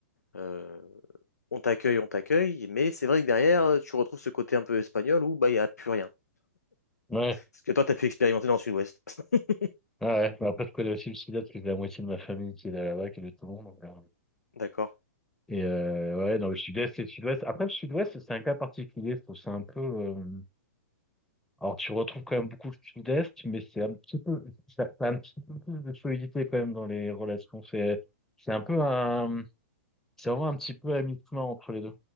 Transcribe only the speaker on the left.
euh, on t'accueille, on t'accueille, mais c'est vrai que derrière, euh, tu retrouves ce côté un peu espagnol où bah il n'y a plus rien.
Ce que toi, t'as pu expérimenter dans le sud-ouest. <laughs>
D'accord.